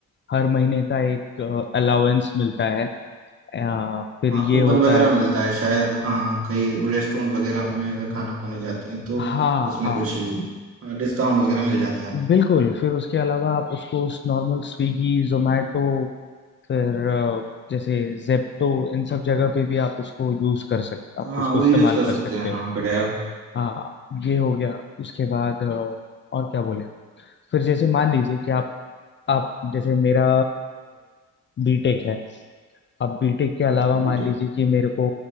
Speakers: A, on the left (about 40°); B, on the right (about 50°).
A: हर महीने का एक अलाउंस मिलता है अ, फिर
B: हाँ
A: ये
B: कूपन
A: होता
B: वगैरह
A: है
B: मिलता है शायद हाँ कई रेस्टोरेंट वगैरह में अगर खाना खाने जाते हैं तो
A: हाँ
B: उसमें
A: हाँ
B: कुछ हाँ डिस्काउंट वगैरह मिल जाता है
A: बिल्कुल फिर उसके अलावा आप उसको उस नॉर्मल स्विगी जोमेटो फिर अ, जैसे जेप्टो इन सब जगह पे भी आप उसको यूज कर सकते आप
B: हाँ
A: उसको
B: वो
A: इस्तेमाल
B: यूज कर
A: कर
B: सकते
A: सकते
B: हैं
A: हो
B: हाँ बढ़िया
A: हाँ ये हो गया उसके बाद अ, और क्या बोले फिर जैसे मान लीजिए कि आप आप जैसे मेरा बीटेक है अब बीटेक के अलावा
B: हाँ हाँ
A: मान
B: डिटेल
A: लीजिए कि मेरे को